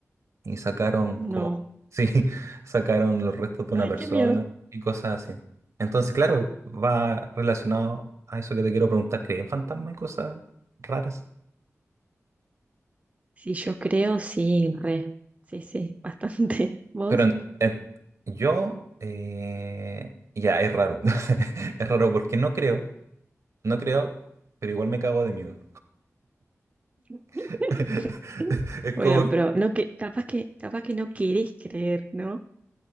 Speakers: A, on the right; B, on the right.
A: y sacaron
B: No.
A: como, sí, <laughs> sacaron los restos de
B: Ay,
A: una persona
B: qué miedo.
A: y cosas así. Entonces, claro, va relacionado a eso que te quiero preguntar, ¿crees en fantasmas y cosas raras?
B: Sí, yo creo, sí, re. Sí, sí, bastante. <laughs> ¿Vos?
A: Pero en- en- yo, eh, ya, es raro. <laughs> Es raro porque no creo. No creo, pero igual me cago de miedo.
B: <laughs>
A: <laughs> Es
B: Bueno,
A: como,
B: pero
A: que,
B: no que, capaz que, capaz que no querés creer, ¿no?